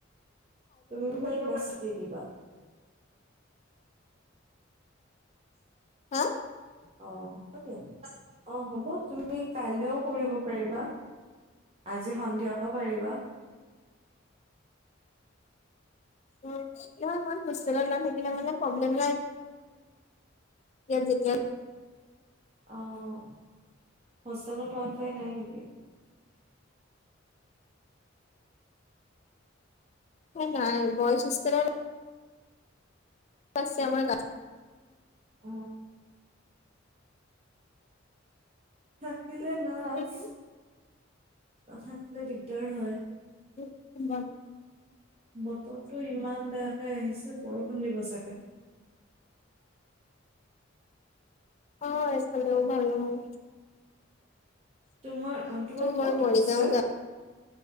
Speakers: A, on the right; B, on the left.
A: তুমি কৰিব বচ দি দিবা
B: হা
A: অ' হ'ব দিয়া অ' হ'ব তুমি কাইলৈও কৰিব পাৰিবা আজি সন্ধিয়াও পাৰিবা
B: উম নহয় ইমান হোষ্টেলত ল থাকিলে মানে প্ৰব্লেম নাই যেতিয়া
A: অ' হোষ্টেলত ৱাই- ফাই নাই নেকি?
B: নাই বয়ছ হোষ্টেলত আছে আমাৰ গাছ
A: অ' থাকিলে
B: গাঁৱত
A: নাছ। নাথাকিলে দিগদাৰ হয়।
B: <inaudible>
A: বতৰটো ইমান বেয়াকে আহিছে বৰষুণ দিব চাগে।
B: হয় চালেও ভাল নহ'ল।
A: তোমাৰ -তোমাৰ
B: মই
A: ক'ত
B: মৰিগাঁও
A: হোষ্টেল?